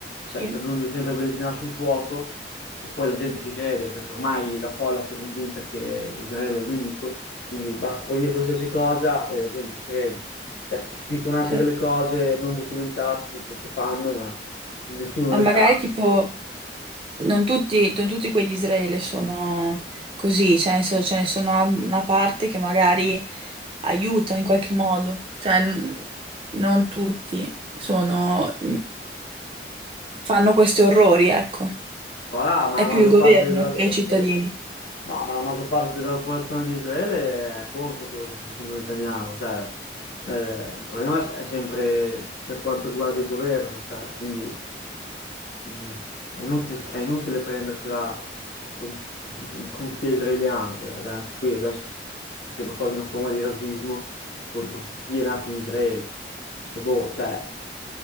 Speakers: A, on the right; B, on the left.
A: sì,
B: cioè, si aggiunge sempre benzina sul fuoco e poi la gente ci crede perché ormai la folla si è convinta che Israele è il nemico, quindi basta poi dire qualsiasi cosa e la gente ci crede. Cioè, si si dicono anche
A: sì.
B: delle cose non documentate, tipo che fanno, ma nessuno
A: Ma
B: le
A: magari
B: sa.
A: tipo, non tutti, non tutti quelli di Israele sono così, cioè nel senso, ce ne sono una una parte che magari aiuta in qualche modo, cioè n- non tutti sono, fanno questi orrori, ecco.
B: Voilà, ma
A: È
B: la
A: più
B: maggior
A: il governo
B: parte della,
A: che
B: eh,
A: i cittadini.
B: no, ma la maggior parte della popolazione di Israele è contro quello che sta facendo Netanyahu, cioè eh, il problema è sempre per quanto riguarda il governo, cioè, quindi mm, è inutile, è inutile prendersela con, con chi è israeliano, perché anche qui adesso sembra quasi una forma di razzismo contro chi è nato in Israele. E boh, cioè,